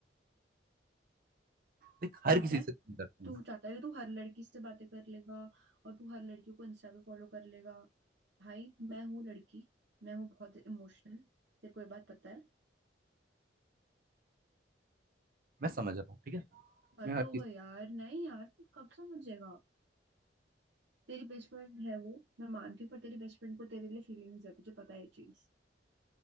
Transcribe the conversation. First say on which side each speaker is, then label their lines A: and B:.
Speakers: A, on the right (about 50°); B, on the right (about 75°).
A: देख हर
B: ठीक
A: किसी
B: है
A: से तुम करता
B: तू
A: हूँ
B: चाहता है कि तू हर लड़की से बातें कर लेगा और तू हर लड़कियों को इंस्टा पे फॉलो कर लेगा भाई मैं हूँ लड़की मैं हूँ बहुत इमोशनल तेरे को ये बात पता है
A: मैं समझ रहा हूँ ठीक है
B: हद
A: मैं हर
B: हो
A: चीज
B: गई यार नहीं यार तू कब समझेगा तेरी बेस्ट फ्रेंड है वो मैं मानती हूँ पर तेरी बेस्ट फ्रेंड को तेरे लिए फीलिंग्स है तुझे पता है ये चीज